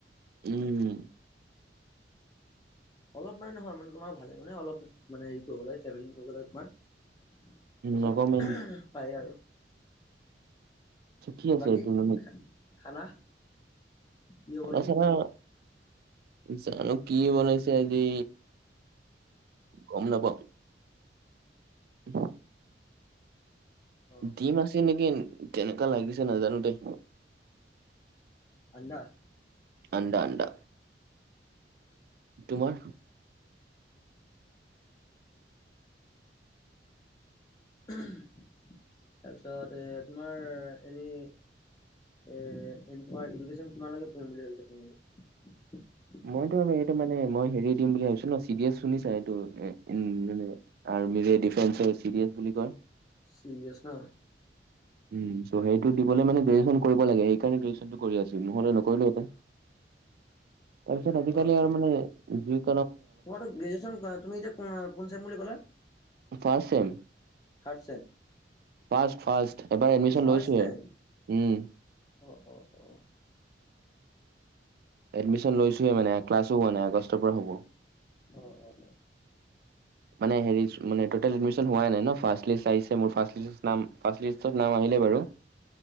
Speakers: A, on the right (about 55°); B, on the left (about 20°).
A: উম
B: অলপ মানে নহয় মানে তোমাৰ ভালে মানে অলপ মানে হেৰি কৰিব লাগে চেভিং কৰিব লাগে তোমাৰ তাৰপিছত
A: নগাঁও মেইন
B: পায় আৰু
A: কি আছে
B: বাকী
A: এইটো মানে
B: খানা কি হ'ব আজি
A: আচনে জান কি বনাইছে হেৰি গম নাপাওঁ উ
B: অ
A: ডিম আছে নেকি কেনেকুৱা লাগিছে নাজানো দেই
B: আন্দা
A: আণ্ডা-আণ্ডা তোমাৰ
B: তাৰপিছত এ তোমাৰ হেৰি এ এনে তোমাৰ এডুকেচন কিমান লকে পঢ়িম বুলি ভাবিছা তুমি
A: মইতো এইটো মানে মই হেৰি দিম বুলি ভাবিছো ন চি এছ শুনিছা এইটো মানে আৰ্মিৰে ডিফেস চি এছ বুলি কয়
B: চি বিএছ নহ
A: উম চ' সেইটো দিব মানে গ্ৰেজুৱেচন কৰিব লাগে সেইকাৰণে গ্ৰেজুৱেচনটো কৰি আছো মই হলে নকৰিলো হলে তাৰপিছত আজিকালি
B: অ অ
A: আৰু মানে ডিউক
B: তোমাৰতো গ্ৰেজুৱেচন তুমি এতিয়া কোন চেম বুলি ক'লা
A: first sem
B: third sem
A: first first এবাৰ এডমিশন
B: অ ফাৰ্ষ্ট
A: লৈছোহে
B: চেম
A: উম
B: অ অ অ
A: এডমিশন লৈছোহে মানে ক্লাছো হোৱা নাই আগষ্টৰ পৰা হ'ব
B: অ অ অ
A: মানে হেৰি মানে টুটেল এডমিশ্যন হোৱাই নাই ন ফাৰ্ষ্ট লিষ্ট আহিছে মোৰ ফাৰ্ষ্ট লিষ্ট নাম ফাৰ্ষ্ট লিষ্টত নাম আহিলে বাৰু